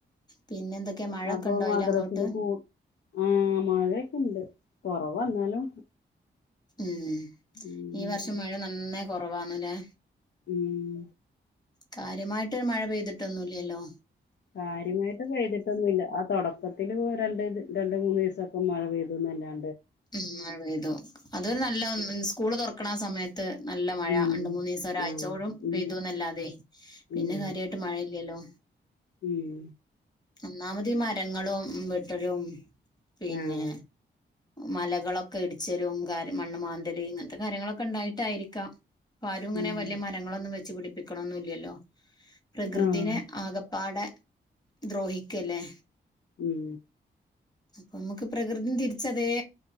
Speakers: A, on the left; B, on the left.
A: പിന്നെന്തൊക്കെയാ മഴയൊക്കെ
B: അപ്പൊ
A: ഉണ്ടോ
B: മദ്രസേല്
A: അതിലങ്ങോട്ട്?
B: കൂ ആ മഴൊക്കെ ണ്ട് കൊറവാ എന്നാലും
A: ഉം
B: ഉം
A: ഈ വർഷം മഴ നന്നായി കൊറവാണ്ല്ലേ
B: ഉം
A: കാര്യമായിട്ട് മഴ പെയ്തിട്ടൊന്നുംല്ലല്ലോ
B: കാര്യമായിട്ട് പെയ്തിട്ടൊന്നുംല്ല ആ തൊടക്കത്തില് പോ രണ്ട് രണ്ട് മൂന്ന് ദിവസം പ്പോ മഴ പെയ്തുന്നല്ലാ
A: ഉം മഴ പെയ്തു അതൊരു നല്ല സ്കൂള് തുറക്കണ ആ സമയ ത്ത് നല്ല മഴ
B: ഉം
A: രണ്ട് മൂന്നീസം ഒരാഴ്ചോഴും
B: ആഹ്
A: പെയ്തുന്നല്ലാതെ
B: ഉം
A: പിന്നെ
B: ഉം
A: കാര്യമായിട്ട് മഴയില്ല്യല്ലോ.
B: ഉം.
A: ഒന്നാമതീ മരങ്ങളും വെട്ടലും പിന്നെ
B: ആഹ്
A: മലകളൊക്കെ ഇടിച്ചലും കാര് മണ്ണ് മാന്തല് ഇങ്ങനത്തെ കാര്യങ്ങളൊക്കെ ഉണ്ടായിട്ടായിരിക്കാം. ആരും ഇങ്ങനെ
B: ഉം
A: വല്ല്യ മരങ്ങളൊന്നും വെച്ച് പിടിപ്പിക്കണൊന്നുമില്ല്യല്ലോ പ്രകൃതിനെ
B: ആഹ്
A: ആകപ്പാടെ ദ്രോഹിക്കല്ലേ.
B: ഉം
A: നമുക്ക് പ്രകൃതിയും തിരിച്ച് അതേ